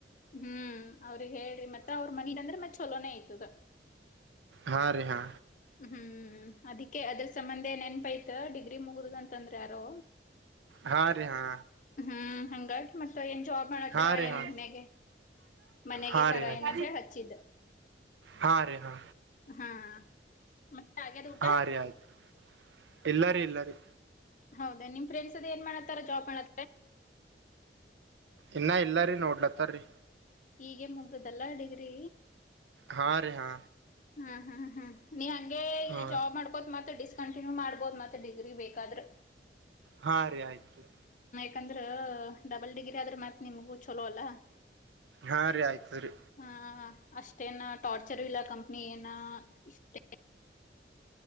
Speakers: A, on the left; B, on the right.
A: ಹ್ಮ್ ಅವ್ರ ಹೇಳ್ರಿ ಮತ್ರ ಅವ್ರ ಮನಲಿ ಅಂದ್ರೆ ಮತ್ತತ್ ಚಛಲೋನನೆ ಆಐ್ತ ದು
B: ಹಾ ರೀ ಹಾ
A: ಹ್ಮ್ ಅದಕ್ಕೆ ಅದ್ರ ಸಂಬಂಧ ನೆನ್ಪೈತ್ ಡಿಗ್ರಿ ಮುಗುದಂತಂದ್ರ ಯಾರೋ
B: ಹಾ ರೀ ಹಾ
A: ಹ್ಮ್ ಹಾಗಿ ಮತ್ತ ಜವಾಬ್ ಮಾಡತ್ರರ
B: ಹಾ ರೀ
A: ಏನ್
B: ಹಾ
A: ಮನೆಗೆ ಮನೆಗೆ
B: ಹಾ
A: ಹರ
B: ರೀ ಆಯ್ತು
A: ಏನ್ ಅಂದ ಹೇಳ ಹಚ್ಚಿದ್ದ
B: ಹಾ ರೀ ಹಾ
A: ಹಾ ಮತ್ತೆ ಆಗ್ಯದ ಊಟ
B: ಹಾ ರೀ ಆಯ್ತು ಇಲ್ಲರಿೀ ಇಲ್ಲರಿೀ
A: ಹೌದಾ ನಿಮ್ ಫ್ರೆಂಡ್ಸ್ ಅದ ಏನ್ ಮಾಡತ್ತಾರ ಜಾಬ್ ಮಾಡ
B: ಇನ್ನ ಇಲ್ಲಾರಿರಿ ನೋಡ್ಲತ್ತರಿ
A: ಈಗ ಮುಗ್ದದಲ್ಲ ಅಡಗ್ರಿ
B: ಹಾ ರೀ ಹಾ
A: ಹ್ಮ್ ಹ್ಮ್ ಹ್ಮ್ ನೀವ ಹಂಗೆ ಇಲ್ಲಿ
B: ಹಾ
A: ಜಾಬ್ ಮಾಡ್ಕೋತ್ ಮತ್ತ ಡಿಸ್ಕ್ ಕಂಟಿನ್ಯೂ ಮಾಡ್ಬೋದು ಮತ್ತೆ ಡಿಗ್ರಿ ಬೇಕಾದ್ರೆ
B: ಹಾ ರೀ ಆಯ್ತ್ರಿ
A: ಯಾಕಂದ್ರ ಡಬಲ್ ಡಿಗ್ರಿ ಆದ್ರ ಮತ್ ನಿಮಗೂ ಚಲೋ ಅಲ್ಲ
B: ಹಾ ರೀ ಆಯ್ತು ರೀ
A: ಹಾ ಅಷ್ಟೇನ ಟಾರ್ಚರ್ ಇಲ್ಲ ಕಂಪ್ನಿ ಏನಷ್ಟ